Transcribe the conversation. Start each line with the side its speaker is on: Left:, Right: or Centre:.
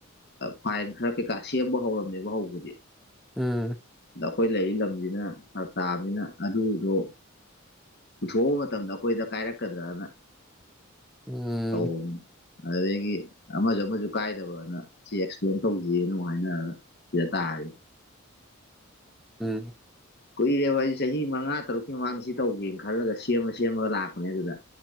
Left: ꯐꯥꯏꯟ ꯈꯔ ꯀꯩꯀꯥ ꯁꯦꯝꯕ ꯍꯧꯔꯝꯃꯦꯕ ꯍꯧꯕꯗꯤ
Centre: ꯎꯝ
Left: ꯑꯗ ꯑꯩꯈꯣꯏ ꯂꯩꯔꯤ ꯂꯝꯁꯤꯅ ꯇꯥꯕꯅꯤꯅ ꯑꯗꯨꯗꯣ ꯄꯨꯊꯣꯛꯑꯕ ꯃꯇꯝꯗ ꯑꯩꯈꯣꯏꯗ ꯀꯥꯏꯔꯛꯀꯗ꯭ꯔꯅ
Centre: ꯎꯝ
Left: ꯑꯧ ꯑꯗꯨꯗꯒꯤ ꯑꯃꯁꯨ ꯑꯃꯁꯨ ꯀꯥꯏꯗꯕꯅ ꯁꯤ ꯑꯦꯛꯁꯄ꯭ꯂꯦꯟ ꯇꯧꯁꯤꯅ ꯑꯃ ꯍꯥꯏꯅꯔꯒ <unintelligible>
Centre: ꯎꯝ
Left: ꯀꯨꯏꯔꯦꯕ ꯑꯩ ꯆꯍꯤ ꯃꯉꯥ ꯇꯔꯨꯛꯀꯤ ꯃꯃꯥꯡꯗ ꯁꯤ ꯇꯧꯒꯦꯅ ꯈꯜꯂꯒ ꯁꯦꯝꯃ ꯁꯦꯝꯃꯒ ꯂꯥꯛꯄꯅꯦ ꯑꯗꯨꯗ